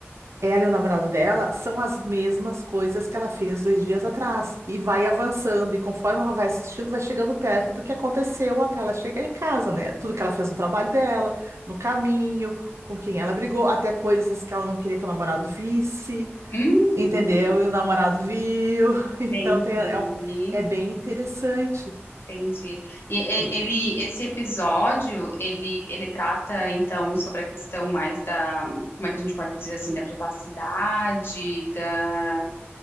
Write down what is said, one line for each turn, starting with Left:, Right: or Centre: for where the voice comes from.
Right: ela e o namorado dela são as mesmas coisas que ela fez dois dias atrás e vai avançando e conforme ela vai assistindo, vai chegando perto do que aconteceu até ela chegar em casa, né? Tudo que ela fez no trabalho dela, no caminho, com quem ela brigou, até coisas que ela não queria que o namorado visse,
Left: Hum,
Right: entendeu? E o namorado viu. <laughs> Então
Left: entendi,
Right: tem- é, um- é bem interessante.
Left: entendi. E e-
Right: E-
Left: ele, esse episódio, ele, ele trata, então, sobre a questão mais da, como é que a gente pode dizer assim, da privacidade, da,